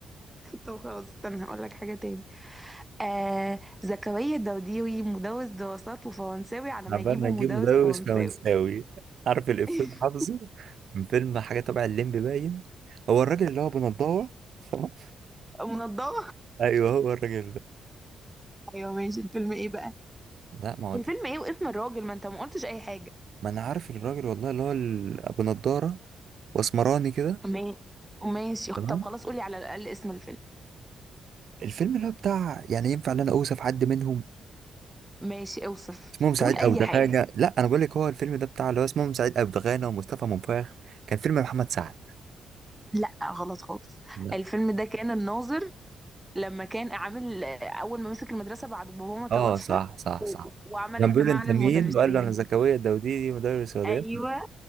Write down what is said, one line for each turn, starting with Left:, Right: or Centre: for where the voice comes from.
Centre: طب خلاص استنى هقول لك حاجه تاني آه زكريا الدوديوي مدرس دراسات وفرنساوي على ما
Right: عبال
Centre: يجيبوا
Right: ما نجيب
Centre: مدرس
Right: مدوس
Centre: فرنساوي
Right: فرنساوي عارف الإفيه
Centre: <laughs>
Right: اللي حافظه من فيلم حاجة تبع الليمبي باين هو الراجل اللي هو بنضارة <laughs> تمام
Centre: منضبه
Right: أيوه هو الراجل ده
Centre: ايوه ماشي الفيلم ايه بقى
Right: لا ما هو
Centre: الفيلم
Right: ده.
Centre: ايه واسم الراجل ما انت ما قلتش اي حاجه
Right: ما أنا عارف الراجل والله اللي هو ال- أبو نضارة وأسمراني كده
Centre: ما- ماشي طب
Right: تمام
Centre: خلاص قولي على الاقل اسم الفيلم
Right: الفيلم اللي هو بتاع يعني ينفع إن أنا أوصف حد منهم
Centre: ماشي اوصف
Right: اسمهم سعيد
Centre: قول اي
Right: أبو دغانة
Centre: حاجه
Right: لا أنا بقول لك هو الفيلم ده بتاع اللي هو اسمهم سعيد أبو دغانة ومصطفى منفاخ كان فيلم محمد سعد
Centre: لا غلط خالص
Right: لا
Centre: الفيلم ده كان الناظر لما كان عامل اول ما مسك المدرسه بعد بابا ما توفى
Right: اه صح صح
Centre: و...
Right: صح
Centre: وعمل
Right: كان
Centre: اجتماع
Right: بيقول انت
Centre: للمدرسين
Right: مين وقال له انا زكريا الدوديدي مدرس رياضيات
Centre: ايوه